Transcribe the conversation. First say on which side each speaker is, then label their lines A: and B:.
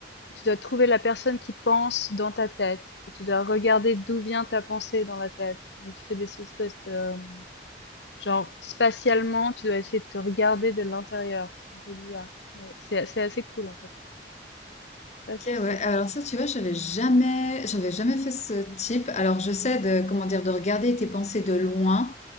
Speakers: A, on the left; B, on the left.
A: tu dois trouver la personne qui pense dans ta tête et tu dois regarder d'où vient ta pensée dans la tête. Donc tu fais des espèces de Genre, spatialement, tu dois essayer de te regarder de l'intérieur. C'est un peu bizarre. Mais c'est c'est assez cool, en fait. Je sais pas si
B: Ok,
A: ça
B: ouais.
A: te...
B: Alors ça, tu vois, j'avais jamais, j'avais jamais fait ce type. Alors je sais de comment dire, de regarder tes pensées de loin